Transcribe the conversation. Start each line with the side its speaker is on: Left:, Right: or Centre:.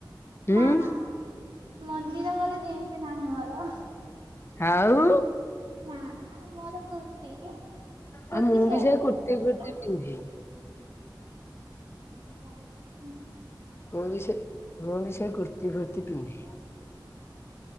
Left: ହୁଁ
Right: ନା ନା। ମନ୍ଦିର ଗଲେ ଜିନ୍ସ ନାହିଁ ମୋର।
Left: ଆଉ।
Right: ନା ମୋର କୁର୍ତିୀ କୁର୍ତ୍ତିୀ
Left: ଆଉ ମୁଁ
Right: ସେଟ୍
Left: ବି ସେ କୁର୍ତ୍ତି
Right: ପୁରା।
Left: ଫୁର୍ତ୍ତି ପିନ୍ଧେ
Right: ହଁ ହୁଁ।
Left: ମୁଁ ବି ସେ ମୁଁ ବି ସୋ କୁର୍ତି ଫୁର୍ତି ପିନ୍ଧେ।